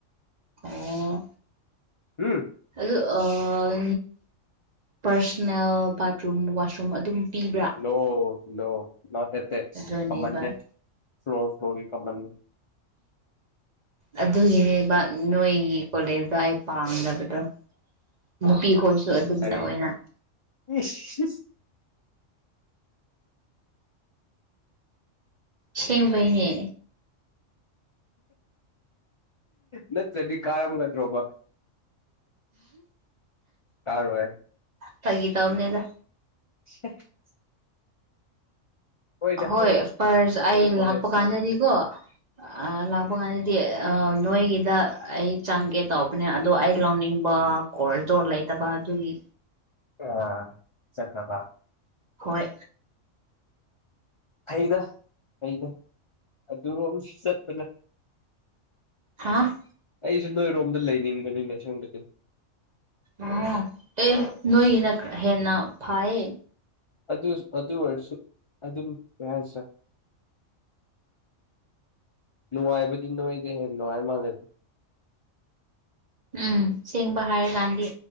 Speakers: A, on the right; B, on the left.
A: ꯑꯣ
B: ꯍꯨꯝ
A: ꯑꯗꯨ ꯑꯥ ꯄꯔꯁꯅꯦꯜ ꯕꯥꯠꯔꯨꯝ ꯋꯥꯁꯔꯨꯝ ꯑꯗꯨꯝ ꯄꯤꯕ꯭ꯔꯥ
B: ꯅꯣ ꯅꯣ ꯅꯣꯠ ꯑꯦꯇꯦꯠꯁ
A: ꯑꯗꯨꯅꯦꯕ
B: ꯀꯃꯟꯅꯦ ꯐ꯭ꯂꯣꯔ ꯐ꯭ꯂꯣꯔꯒꯤ ꯀꯃꯟꯅꯦ
A: ꯑꯗꯨꯒꯤꯅꯦꯕ ꯅꯣꯏꯒꯤ ꯀꯣꯂꯦꯖꯇꯣ ꯑꯩ ꯄꯥꯝꯗꯕꯗꯣ ꯅꯨꯄꯤꯈꯣꯏꯁꯨ ꯑꯗꯨꯝ
B: ꯀꯔꯤ
A: ꯇꯧꯋꯦꯅ
B: ꯏꯁ ꯁꯤꯁ
A: ꯁꯦꯡꯕꯩꯅꯦ
B: ꯅꯠꯇ꯭ꯔꯗꯤ ꯀꯥꯔꯝꯒꯗ꯭ꯔꯣꯕ ꯇꯥꯔꯣ ꯍꯦ
A: ꯐꯥꯒꯤ ꯇꯧꯕꯅꯦꯗ
B: <unintelligible> ꯍꯣꯏꯗ
A: ꯍꯣꯏ
B: ꯍꯣꯏꯗ
A: ꯐꯥꯔꯁ
B: ꯑꯩꯈꯣꯏ
A: ꯑꯩ
B: ꯀꯣꯂꯦꯖꯁꯦ
A: ꯂꯥꯛꯄ ꯀꯥꯟꯗꯗꯤꯀꯣ ꯑꯥ ꯂꯥꯛꯄ ꯀꯥꯟꯗ ꯇꯤ ꯑꯥ ꯅꯣꯏꯒꯤꯗ ꯑꯩ ꯆꯪꯒꯦ ꯇꯧꯕꯅꯦ ꯑꯗꯣ ꯑꯩ ꯂꯧꯅꯤꯡꯕ <unintelligible> ꯂꯩꯇꯕ ꯑꯗꯨꯒꯤ
B: ꯑ ꯆꯈ꯭ꯔꯕ
A: ꯍꯣꯏ
B: ꯐꯩꯗ ꯐꯩꯗ ꯑꯗꯨꯔꯣꯝ ꯆꯠꯄꯅ
A: ꯍꯥꯥ
B: ꯑꯩꯖꯨ ꯅꯣꯏꯔꯣꯝꯗ ꯂꯩꯅꯤꯡꯕꯅꯤꯅꯦ ꯁꯣꯝꯗꯗꯨ
A: ꯑ ꯑꯦ ꯅꯣꯏꯅ ꯈꯔ ꯍꯦꯟꯅ ꯐꯥꯌꯦ
B: ꯑꯗꯨꯁ ꯑꯗꯨ ꯑꯣꯏꯔꯁꯨ ꯑꯗꯨꯝ ꯀꯔꯤ ꯍꯥꯏꯁꯤꯔꯥ ꯅꯨꯉꯥꯏꯕꯗꯤ ꯅꯣꯏꯗꯩ ꯍꯦꯟ ꯅꯨꯉꯥꯏ ꯃꯥꯥꯜꯂꯦꯗ
A: ꯎꯝ ꯁꯦꯡꯕ ꯍꯥꯏꯔꯀꯥꯟꯗꯤ